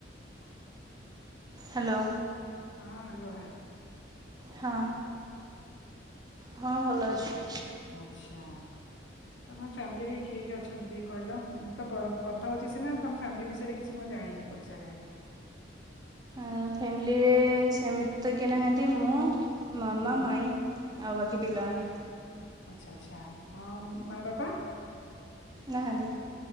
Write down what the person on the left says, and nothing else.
Hello
ହଁ hello ଯାଏ।
ଆଛା। ତମ ଫ୍ୟାମିଲିରେ କିଏ କିଏ ଅଛନ୍ତି ଟିକେ କହିଲ ମୁଁ ତ କଥା ହଉଛି ସିନା ତମ ଫ୍ୟାମିଲି ବିଷୟରେ କିଛି ମୁଁ ଜାଣିନି ପଚାରେ?
ହୁଁ
ଆଛା ଆଚ୍ଛା ଆଉ ମା ବାପା?